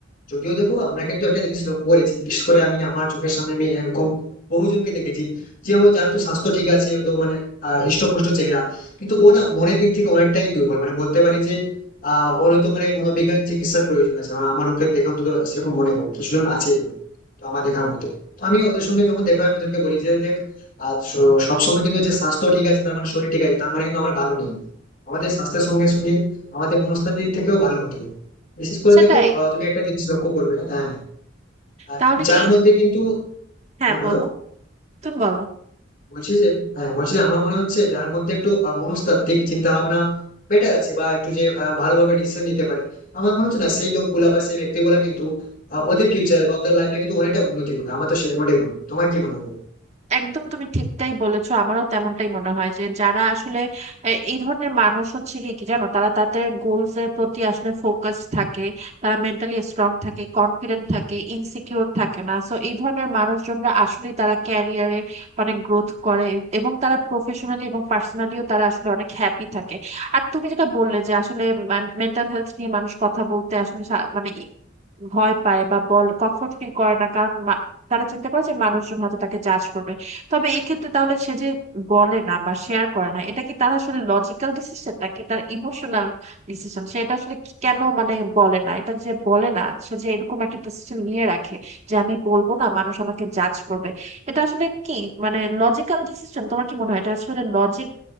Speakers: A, on the left; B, on the right.
A: যদিও দেখো আমরা কিন্তু একটা জিনিস লক্ষ্য করেছি বিশেষ করে আমি আমার চোখের সামনে আমি এরকম বহুজনকে দেখেছি যে ও যার তো স্বাস্থ্য ঠিক আছে ও তো মানে আহ, হৃষ্টপুষ্ট চেহারা কিন্তু ও না মনের দিক থেকে অনেকটাই দুর্বল মানে বলতে পারি যে আহ ওর তো মানে মনোবিজ্ঞান চিকিৎসার প্রয়োজন আছে আমার- আমার ওকে দেখে অন্তত সেরকম মনে হয় কিছুজন আছে এরকম। তো আমার দেখার মতো তো আমি ওদের সঙ্গে যখন দেখা হয় আমি ওদেরকে বলি যে দেখ আহ, স- সবসময় কিন্তু যে স্বাস্থ্য ঠিক আছে তার মানে শরীর ঠিক আছে তার মানে কিন্তু আমরা ভালো নেই আমাদের স্বাস্থ্যের সঙ্গে সঙ্গে আমাদের মনস্তাত্ত্বিক দিক থেকেও ভালো হতে হবে বিশেষ করে
B: সেটাই
A: দেখো আহ, তুমি একটা জিনিস লক্ষ্য করবে হ্যাঁ আর
B: তাহলে
A: যার
B: কি
A: মধ্যে কিন্তু
B: হ্যাঁ
A: হ্যাঁ বলো
B: বলো তুমি বলো
A: বলছি যে হ্যাঁ বলছি যে আমার মনে হচ্ছে যার মধ্যে একটু আহ, মনস্তাত্ত্বিক চিন্তা ভাবনা বেটার আছে বা একটু যে আহ, ভালোভাবে ডিসিশন নিতে পারে আমার মনে হচ্ছে না সেই লোকগুলা বা সেই ব্যক্তিগুলা কিন্তু আহ, ওদের ফিউচারে বা ওদের লাইফে কিন্তু অনেকটা উন্নতি করবে আমার তো সেরকমটাই মনে হয়। তোমার কি মনে হয়
B: একদম তুমি ঠিকটাই বলেছো আমারও তেমনটাই মনে হয় যে যারা আসলে এ- এই ধরনের মানুষ হচ্ছে কি কি জানো তারা তাদের গোলস এর প্রতি আসলে ফোকাস থাকে তারা মেন্টালি স্ট্রং থাকে কনফিডেন্ট থাকে ইনসিকিউর থাকে না সো এই ধরনের মানুষজনরা আসলে তারা ক্যারিয়ারে অনেক গ্রোথ করে এবং তারা প্রফেশনালি এবং পার্সোনালিও তারা আসলে অনেক হ্যাপি থাকে আর তুমি যেটা বললে যে আসলে মেন্টাল হেলথ নিয়ে মানুষ কথা বলতে আসলে সা- মানে ভয় পায় বা বল কমফোর্ট ফিল করে না কারণ মা- তারা চিন্তা করে যে মানুষজন হয়তো তাকে জাজ করবে তবে এক্ষেত্রে তাহলে সে যে বলে না বা শেয়ার করে না এটা কি তার আসলে লজিক্যাল ডিসিশন নাকি তার ইমোশনাল ডিসিশন সেটা আসলে কি- কেন মানে বলে না এটা যে বলে না সে যে এরকম একটা ডিসিশন নিয়ে রাখে যে আমি বলবো না মানুষ আমাকে জাজ করবে এটা আসলে কি মানে লজিক্যাল ডিসিশন তোমার কি মনে হয় এটা আসলে লজিক